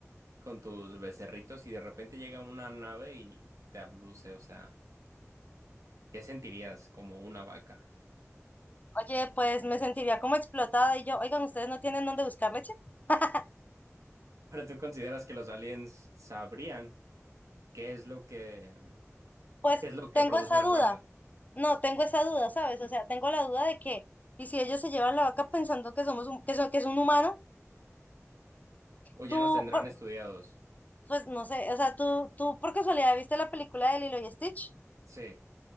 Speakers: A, on the right; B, on the left.
A: con tus becerritos y de repente llega una nave y te abduce, o sea, ¿qué sentirías como una vaca?
B: Oye, pues me sentiría como explotada y yo, oigan, ¿ustedes no tienen dónde buscar leche? <laughs>
A: <laughs> Ahora, ¿tú consideras que los aliens sabrían qué es lo que,
B: Pues
A: qué es lo que
B: tengo
A: producen
B: esa
A: las
B: duda.
A: vacas?
B: No, tengo esa duda, ¿sabes? O sea, tengo la duda de que, y si ellos se llevan la vaca pensando que somos un- que, so- que es un humano,
A: ¿O ya
B: tú,
A: nos tendrán
B: por-
A: estudiados?
B: pues no sé, o sea, tú, tú por casualidad viste la película de Lilo y Stitch,
A: Sí.